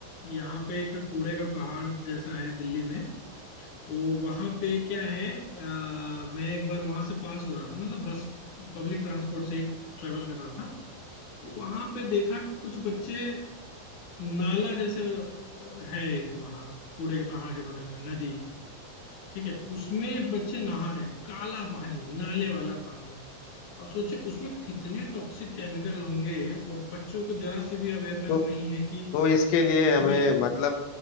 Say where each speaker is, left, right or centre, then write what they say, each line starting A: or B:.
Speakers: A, on the left; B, on the left.
A: यहाँ पे एक कूड़े का पहाड़ जैसा है दिल्ली में तो वहाँ पे क्या है अ, मैं एक बार वहाँ से पास हो रहा था मतलब बस पब्लिक ट्रांसपोर्ट से ही ट्रेवल कर रहा था तो वहाँ पे देखा कि कुछ बच्चे नाला जैसे अ, है एक वहाँ कूड़े के पहाड़ के बगल में नदी ठीक है उसमें बच्चे नहा रहे हैं। काला पानी नाले वाला पानी अब सोचिए उसमें कितने टॉक्सिक केमिकल होंगे और बच्चों को जरा सी भी अवेयरनेस
B: तो
A: नहीं है कि
B: तो इसके लिए
A: उसमें
B: हमें मतलब